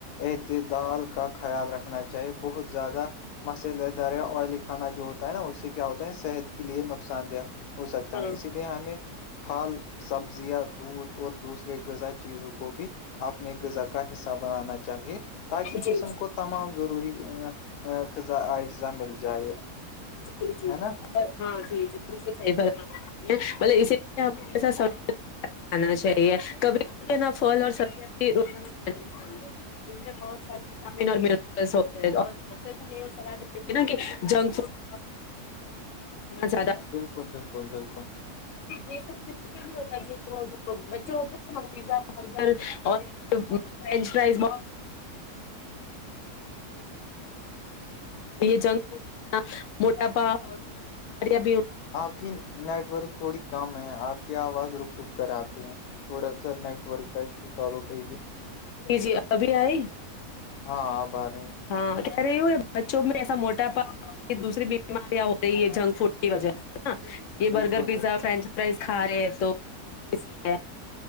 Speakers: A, on the left; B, on the left.
A: احتدال کا خیال رکھنا چاہیے بہت زیادہ مسلے دریا آئلی کانا جو ہوتا ہے نا اس سے کیا ہوتا ہے صحت کے لیے نقصان دہ ہو سکتا
B: ہاں
A: ہے اسی لیے ہمیں ہال سبزیاں دودھ اور دوسرے غذا چیزوں کو بھی اپنی غذا کا حصہ بنانا چاہیے تاکہ
B: جی
A: جسم کو تمام ضروریا اجزا مل جائے
B: جی جی
A: ہے نا
B: ہاں جی جی بک صح <unintelligible> مطل اس لیے ہم سج <inaudible> کانا چاہیے کبھی کبھی نہ پھل اور سبزیاں بھی رانی چاہیے <inaudible> ان میں بہت ساریے <unintelligible> اور ہوتا اور ڈاکٹر بھی یہ سلاح دیتے ہیں نا کہ جنک فوڈ <inaudible>
A: بالکل
B: زیادہ
A: بالکل بالکل بالکل
B: یہ سب <inaudible> ہوتا ہے وہ بچے ہوتے ہیں پیا برگر اور فرینچ فرائز بہت یہ جنک فڈ <unintelligible> موٹاپا اور بیاریاں بھی
A: آپ کی نیٹورک تھوڑی کم ہے آپ کی آواز رک رک کر آتی ہیں تھوڑا سا نیٹ ورک کا ایو سالو کئییے
B: بھی ان جی جی ابھی آئی
A: ہاں آپ آ رہے ہیں
B: ہاں کہہ رہی ہ ہو یہ بچوں میں ایسا موٹا پا یہ دوسری بیماریاں ہو رہی ہے جنک فوڈ کی وجہ ہے نا یہ
A: بالکل
B: برگر پیزا
A: بالکل
B: فرینچ فرائز کھا رہے تو ب